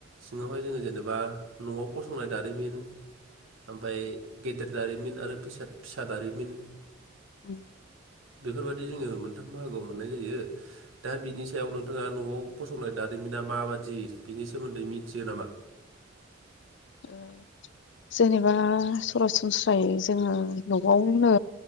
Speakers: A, on the right; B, on the left.
A: सिङावहाय जोङो जेनेबा न'आव फसंनाय दारिमिन ओमफ्राय गेदेर दारिमिन आरो फिसा फिसा दारिमिन
B: उ
A: बेफोरबायदि जोङो मोनथाम बाहागोआव मोननाय जायो दा बिनि सायाव नोंथाङा न'आव फसंनाय दारिमिना माबादि बिनि सोमोन्दै मिथियो नामा
B: ओ जेनेबा सरासनस्रायै जोङो न'आवनो